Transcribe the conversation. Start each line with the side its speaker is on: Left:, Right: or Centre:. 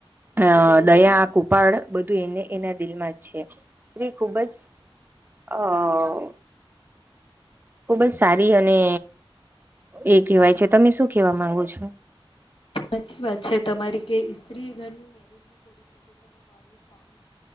Right: અ દયા કુપાડ બધું એને એના દિલમાં જ છે સ્ત્રી ખૂબ જ હ ખુબ જ સારી અને એ કહેવાય છે તમે શું કેવા માંગો છો
Left: સાચી વાત છે તમારી કે સ્ત્રી ઘરનું મેરેજ બી કરી શકે છે અને બ કામ